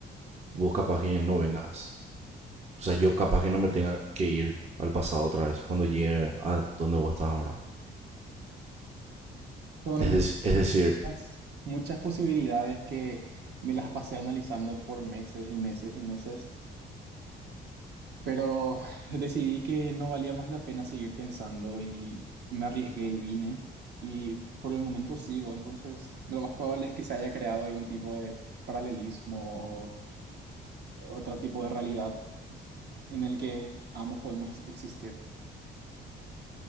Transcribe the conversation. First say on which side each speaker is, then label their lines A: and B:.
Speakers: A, on the right; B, on the right.
A: vos capaz que no vengas. O sea, yo capaz que no me tenga que ir al pasado otra vez cuando llegue a donde vos estás ahora.
B: Son
A: Es, dec- es decir,
B: muchas, muchas posibilidades que me las pasé analizando por meses y meses y meses, pero <laughs> decidí que no valía más la pena seguir pensando y me arriesgué y vine y por el momento sigo, entonces lo más probable es que se haya creado algún tipo de paralelismo o otro tipo de realidad en el que ambos podemos existir.